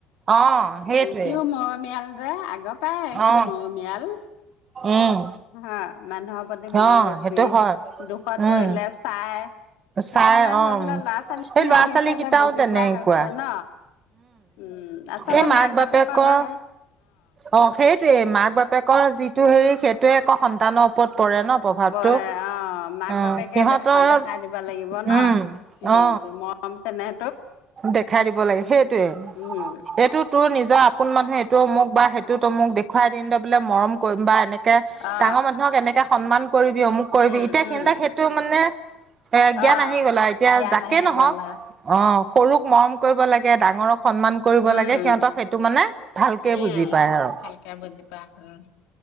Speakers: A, on the right; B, on the left.
A: অ সেইটোৱে
B: সিও মৰমীয়াল যে আগৰ পৰাই সি
A: অ
B: মৰমীয়াল
A: উম
B: হা মানুহক ওপৰতে মৰম
A: অ
B: বেছি
A: সেইটো হয়
B: দুখত
A: উম
B: পৰিলে চাহ খাই
A: চাই
B: ধৰি
A: অ
B: লোৱা ল'ৰা ছোৱালী
A: এই
B: সেই
A: ল'ৰা
B: হিচাপে
A: ছোৱালী কেইটাও
B: বুজি
A: তেনেকুৱা
B: পোৱা হৈছে ন উম আচলতে
A: এই
B: মাক
A: বাপেকৰ
B: বাপে কলেহে
A: অ সেইটোৱে মাক বাপেকৰ যি টো হেৰি সেইটোৱে একৌ সন্তানৰ ওপৰত পৰে ন প্ৰভাৱটো
B: প অ মাক
A: অ
B: বাপেকে
A: সিহঁতৰ
B: দেখা দেখাই দিব লাগিব ন
A: উম
B: হেৰিত
A: অ
B: মৰম চেনেহ
A: দেখাই দিব লাগে সেইটোৱে
B: উম
A: এইটো তোৰ নিজ যে আপোন মানুহে এইটো অমুক বা সেইটোত অমোক দেখুৱাই দিওতে বোলে মৰম কৰিম বা এনে
B: অ
A: ডাঙৰ মানুহক এনেকা সন্মান কৰিবি অমোক কৰিবি
B: উম
A: এতিয়া
B: উম
A: সেণ্টে সেইটো মানে এ জ্ঞান
B: অ
A: আহি গ'লা এতিয়া
B: দিয়া
A: যাকে
B: নাহি
A: নহওক
B: গলা
A: অ সৰুক মৰম কৰিব লাগে ডাঙৰক সন্মান কৰিব
B: উম
A: লাগে
B: উম
A: সিহঁতক সেইটো মানে ভালকে
B: উম
A: বুজি পায় আৰু
B: ভালকে বুজি পায় উম